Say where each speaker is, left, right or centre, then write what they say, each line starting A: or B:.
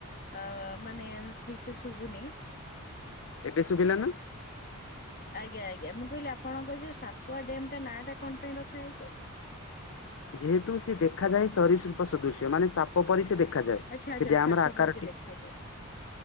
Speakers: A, on the left (about 40°); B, on the left (about 60°).
A: ଅ ମାନେ ଠିକ ସେ ଶୁଭୁନି।
B: ଏବେ ଶୁଭିଲା ନା?
A: ଆଜ୍ଞା ଆଜ୍ଞା ମୁଁ କହିଲି ଆପଣଙ୍କ ଯୋଉ ସାପୁଆ ଡ୍ୟାମ୍ ଟା ନାଁ ଟା କଣ ପାଇଁ ରଖା ହେଇଛି?
B: ଯେହେତୁ ସେ ଦେଖାଯାଏ ସରୀସୃପ ସଦୃଶ୍ୟ ମାନେ ସା ପ ପରି ସେ ଦେଖାଯାଏ
A: ଆଚ୍ଛା ଆଚ୍ଛା
B: ସେ ଡ୍ୟାମର
A: ସ୍ଥାପ
B: ଆକାରଟି
A: ପରିକା ଦେଖାଯାଏ।